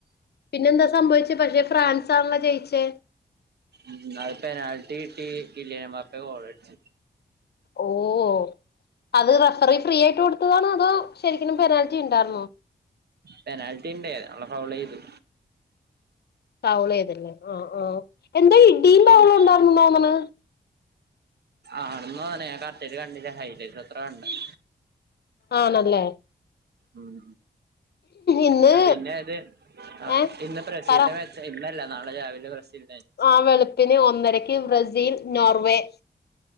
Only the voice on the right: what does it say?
ഉം അത് പെനാൽറ്റി കിട്ടി കിലിയൻ എംപാപ്പെ ഗോളടിച്ചു.
പെനാൽറ്റി ഉണ്ടേ അവടെ ഫൗള് ചെയ്തു.
പിന്നെ?
ആണന്ന് തോന്നണേ ഞാൻ കറക്റ്റായിട്ട് കണ്ടില്ല ഹൈലൈറ്റ് മാത്ര കണ്ടേ-
ഉം.
ആഹ് പിന്നെ അത് ആഹ്
ഇന്ന് ബ്രസീലിന്റെ
മേച്ച ഇന്നല്ല നാളെ രാവിലെ ബ്രസീലിന്റെ മേ